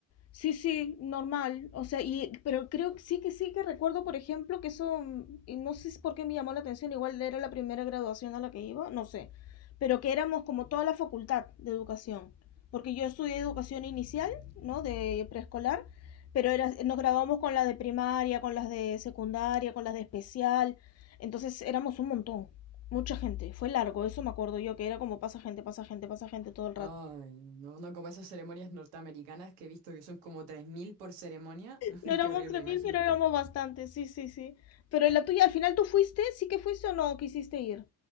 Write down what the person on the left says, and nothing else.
Sí, sí, normal. O sea, y, pero creo que sí que sí que recuerdo, por ejemplo, que eso, mm, y no sé si por qué me llamó la atención, igual era la primera graduación a la que iba, no sé, pero que éramos como toda la facultad de educación, porque yo estudié educación inicial, ¿no? De preescolar, pero era, nos graduamos con las de primaria, con las de secundaria, con las de especial, entonces éramos un montón, mucha gente, fue largo, eso me acuerdo yo, que era como pasa gente, pasa gente, pasa gente todo el
rato.
No éramos
3.000
pero éramos bastantes, sí, sí, sí. Pero la tuya, al final tú fuiste, sí que fuiste o no quisiste ir.